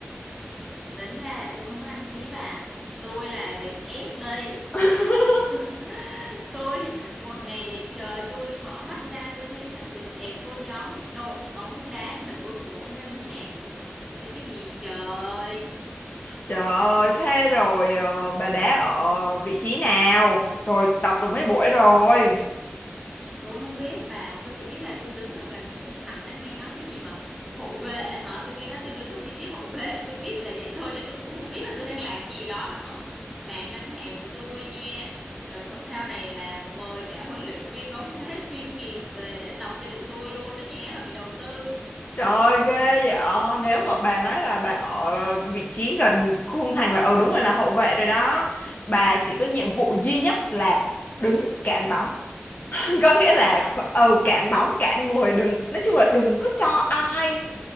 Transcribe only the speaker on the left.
<laughs>
Trời ơi, thế rồi ờ, bà đá ở vị trí nào? Rồi tập được mấy buổi rồi?
Trời ơi, ghê vậy. Nếu mà bà nói là bà ở vị trí gần khung thành là ờ đúng rồi là hậu vệ rồi đó. Bà chỉ có nhiệm vụ duy nhất là đứng cản bóng. có nghĩa
là
ừ cản bóng cản người đừng nói chung là đừng có cho ai